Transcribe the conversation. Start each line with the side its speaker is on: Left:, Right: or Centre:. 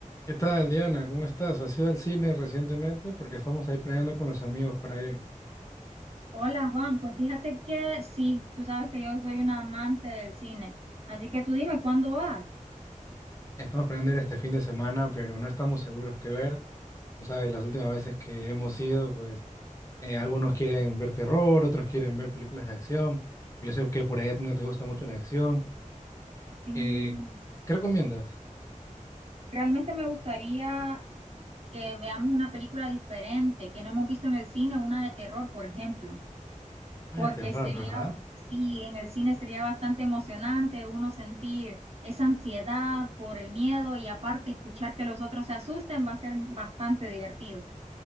Left: ¿Qué tal, Diana? ¿Cómo estás? ¿Has ido al cine recientemente? Porque estamos ahí planeando con los amigos para ir.
Right: Hola Juan, pues fíjate que sí, tú sabes que yo soy una amante del cine, así que tú dime cuándo vas.
Left: Estamos planeando ir este fin de semana, pero no estamos seguros qué ver. Tú sabes, las últimas veces que hemos ido, pues eh, algunos quieren ver terror, otros quieren ver películas de acción. Pero yo sé que por ahí a ti no te gusta mucho la acción.
Right: Sí,
Left: Eh, ¿qué recomiendas?
Right: realmente me gustaría que veamos una película diferente, que no hemos visto en el cine, una de terror, por ejemplo,
Left: Nada
Right: porque
Left: de terror,
Right: sería,
Left: ¿verdad?
Right: sí, en el cine sería bastante emocionante uno sentir esa ansiedad por el miedo y aparte escuchar que los otros se asusten va a ser bastante divertido.